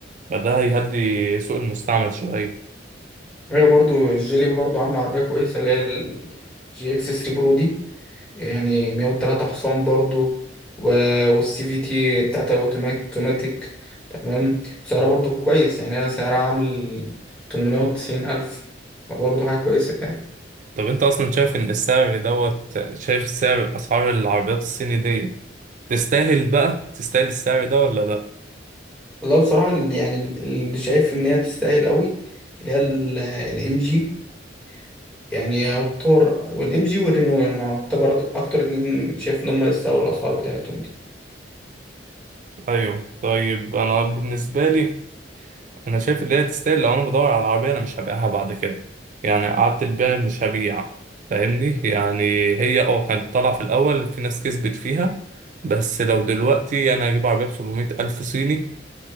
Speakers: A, on the right (about 45°); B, in the centre.
A: فده هيهدي سوق المستعمل شوية
B: هي برضه الجيلي برضه عاملة عربية كويسة اللي هي الجي اكس 3 برو دي يعني 103 حصان برضو و... والسي في تي بتاعتها اوتوماتيك تمام سعرها برضو كويس يعني هي سعرها عامل 890 ألف فبرضه حاجة كويسة يعني
A: طب أنت أصلا شايف إن السعر دوت شايف السعر أسعار العربيات الصيني دي تستاهل بقى تستاهل السعر ده ولا لأ؟
B: والله بصراحة اللي- يعني ال- اللي شايف إن هي تستاهل قوي اللي هي الإم جي يعني يعتبر والإم جي والرينو يعني يعتبر أك- أكتر اتنين شايف إن هم يستاهلوا الأسعار بتاعتهم دي
A: ايوه طيب انا بالنسبه لي انا شايف ان هي تستاهل لو انا بدور على العربيه انا مش هبيعها بعد كده يعني قعدت البيع مش هبيع فاهمني يعني هي اه كانت طالعه في الاول في ناس كسبت فيها بس لو دلوقتي انا هجيب عربيه ب 700 الف صيني